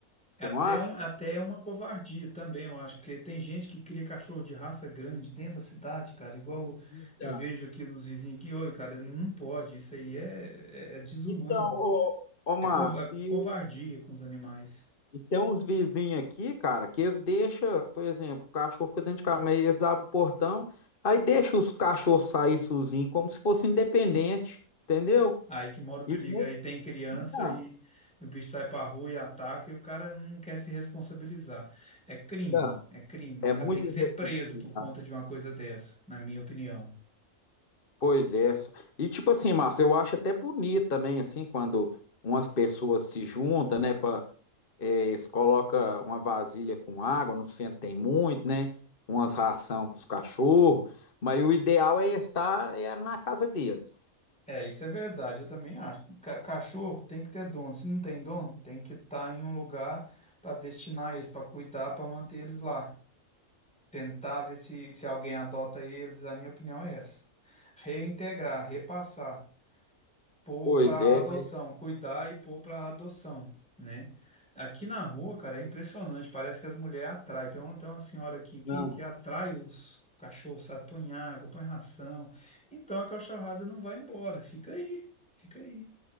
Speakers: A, on the left; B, in the centre.
A: Você
B: É até,
A: não acha?
B: um, até é uma covardia também, eu acho, porque tem gente que cria cachorro de raça grande dentro da cidade, cara, igual
A: Então,
B: eu vejo aqui nos vizinhos aqui, oi, cara, não pode, isso aí é, é, é desumano,
A: então, ô, ô Márcio,
B: é cova-
A: e
B: covardia
A: o
B: com os animais.
A: E tem uns vizinhos aqui, cara, que eles deixam, por exemplo, o cachorro fica dentro de casa, mas eles abrem o portão, aí deixa os cachorros sair sozinhos, como se fosse independente, entendeu?
B: Aí que mora o perigo,
A: Isso nem
B: aí tem criança
A: não,
B: e, e o bicho sai pra rua e ataca e o cara não quer se responsabilizar. É crime,
A: não.
B: é crime, o
A: É
B: cara
A: muita
B: tem que
A: irresponsabilidade.
B: ser preso por conta de uma coisa dessa, na minha opinião.
A: Pois é. só- E tipo assim, Márcio, eu acho até bonito também, assim, quando umas pessoas se juntam, né, para eles coloca uma vasilha com água, no centro tem muito, né, umas ração para os cachorros, mas o ideal é estar é, na casa deles.
B: É, isso é verdade, eu também acho. Ca- cachorro tem que ter dono. Se não tem dono, tem que estar em um lugar para destinar eles, para cuidar, para manter eles lá. Tentar ver se, se alguém adota eles, a minha opinião é essa. Reintegrar, repassar pôr
A: Pois
B: para
A: é,
B: adoção,
A: mas
B: cuidar e pôr para adoção, né? Aqui na rua, cara, é impressionante, parece que as mulheres atraem. Tem uma, tem uma senhora aqui que,
A: não.
B: que atrai os cachorros, sabe? Põe água, põe ração. Então a cachorrada não vai embora, fica aí, fica aí.